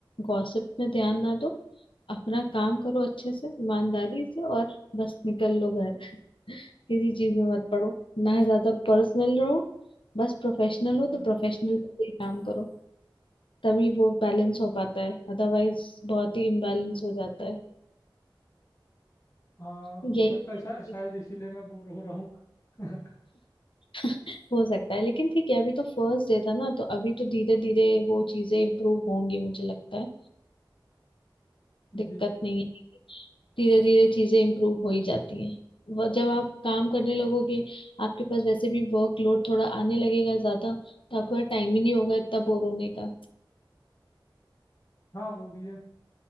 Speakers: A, on the left; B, on the left.
A: गॉसिप में ध्यान ना दो अपना काम करो अच्छे से ईमानदारी से और बस निकल लो घर <laughs> किसी चीज में मत पड़ो ना ज्यादा पर्सनल रहो बस प्रोफेशनल हो
B: हम्म,
A: तो प्रोफेशनल काम करो तभी वो बैलेंस हो पाता है अदरवाइज बहुत ही इम्बैलेंस हो जाता है
B: हाँ
A: यही
B: हो सकता
A: सारी
B: है शा,
A: चीज़
B: शायद इसीलिए मैं बोर हो रहा हूँ <laughs>
A: <laughs> हो सकता है लेकिन ठीक है अभी तो फर्स्ट डे था ना तो अभी तो धीरे धीरे वो चीजें इम्प्रूव होंगी मुझे लगता है दिक्कत
B: जी
A: नहीं है धीरे धीरे चीजें इम्प्रूव हो ही जाती हैं वह- जब आप काम करने लगोगे आपके पास वैसे भी वर्कलोड थोड़ा आने लगेगा ज्यादा तो आपके पास टाइम ही नहीं होगा इतना बोर होने का
B: हाँ वो भी है